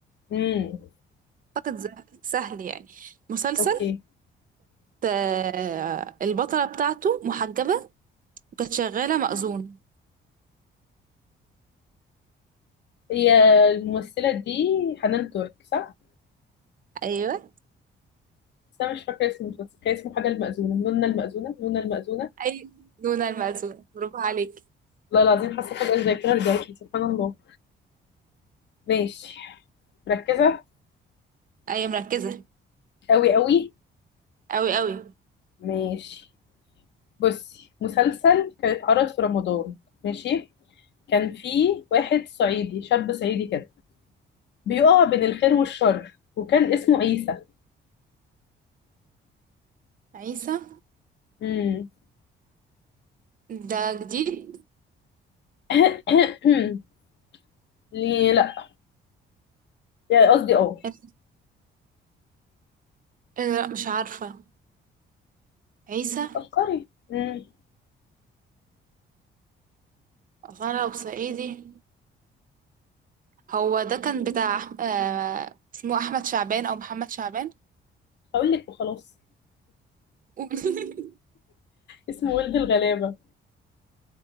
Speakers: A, on the left; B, on the right.
A: امم
B: اعتقد ز- سهل يعني مسلسل
A: اوكي
B: آه... البطلة بتاعته محجبة وكانت شغالة مأذون
A: هي الممثلة دي حنان ترك صح؟
B: ايوه
A: بس انا مش فاكرة اسم المسلسل كان اسمه حاجة المأذونة نونا المأذونة نونا المأذونة
B: اي نونا المأذون برافو عليك
A: والله العظيم حاسة فجأة الذاكرة رجعت لي سبحان الله ماشي مركزة
B: ايوه مركزة
A: قوي قوي
B: اوي اوي
A: ماشي بصي مسلسل كان اتعرض في رمضان ماشي كان فيه واحد صعيدي شاب صعيدي كده بيقع بين الخير والشر وكان اسمه عيسى
B: عيسى
A: امم
B: ده جديد
A: <coughs> ليه لا يعني قصدي اه
B: إيه ده؟ لا مش عارفة عيسى
A: فكري امم
B: أصل أنا لو صعيدي هو ده كان بتاع أح- آه، اسمه احمد شعبان او محمد شعبان
A: هقول لك وخلاص
B: قولي. <laughs>
A: اسمه ولد الغلابة